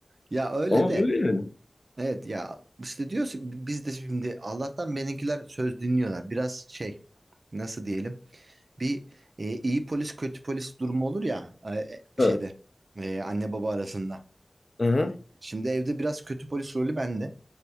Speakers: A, on the right; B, on the left.
A: Ya öyle
B: Ama
A: de
B: öyle yani.
A: Evet ya işte diyorsun biz de şimdi Allah'tan benimkiler söz dinliyorlar. Biraz şey nasıl diyelim bir e, iyi polis kötü polis durumu olur ya e,
B: Ha.
A: şeyde e, anne baba arasında.
B: Hı hı.
A: Şimdi evde biraz kötü polis rolü bende.